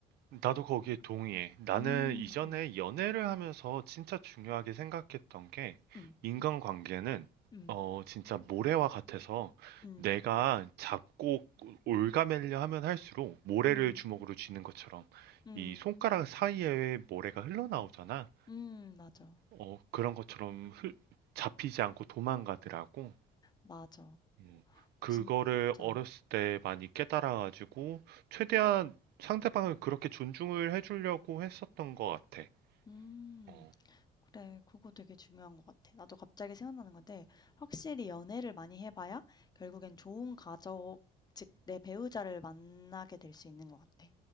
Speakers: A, on the right (about 70°); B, on the left (about 25°).
A: 나도 거기에 동의해. 나는
B: 음.
A: 이전에
B: 음.
A: 연애를 하면서 진짜 중요하게 생각했던 게
B: 음.
A: 인간관계는
B: 음.
A: 어 진짜 모래와 같아서
B: 음.
A: 내가 잡고 올가매려 하면 할수록 모래를
B: 음.
A: 주먹으로 쥐는 것처럼
B: 음.
A: 이 손가락 사이에 모래가 흘러나오잖아.
B: 음. 맞아.
A: 어 그런 것처럼 흘- 잡히지 않고 도망가더라고.
B: 맞아.
A: 음, 그거를
B: 진짜.
A: 어렸을 때 많이 깨달아가지고 최대한 상대방을 그렇게 존중을 해주려고 했었던 것 같아.
B: 음.
A: 어,
B: 그래, 그거 되게 중요한 것 같아. 나도 갑자기 생각나는 건데, 확실히 연애를 많이 해봐야 결국엔 좋은 가족, 즉, 내 배우자를 만나게 될 수 있는 것 같아.